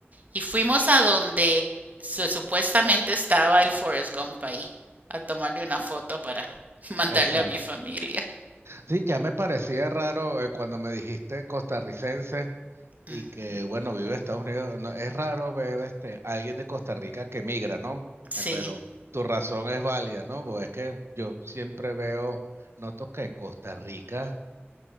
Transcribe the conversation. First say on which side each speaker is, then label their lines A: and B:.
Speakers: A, on the right; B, on the right.
A: Y fuimos a donde supuestamente estaba el Forrest Gump ahí, a tomarle una foto para <laughs> mandarle
B: Exacto.
A: a mi familia.
B: Sí, ya me parecía raro eh, cuando me dijiste costarricense.
A: Ujú.
B: y que, bueno, vive en Estados Unidos. No, es raro ver este, a alguien de Costa Rica que migra, ¿no?
A: Sí,
B: Eh, Pero tu razón es válida, ¿no? Pues es que yo siempre veo, noto que Costa Rica,